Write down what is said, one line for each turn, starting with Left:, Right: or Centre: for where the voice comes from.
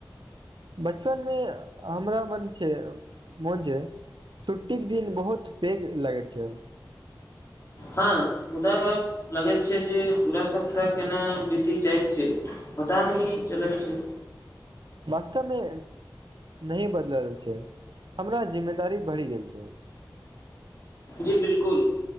Right: बचपन मे हमरा मने। छैय। मोन छै, छुट्टीक के दिन बहुत पैघ लागैत छैय।
Left: हँ मुदा लगे छै, जे पूरा सप्ताह केना भीती जाइत छैय, बताा न चलैत छैय।
Right: वास्तवमे नहि बदलल छैय, हमरा जिम्मेदारी बढ़ि गेल छैय।
Left: जी बिलकुल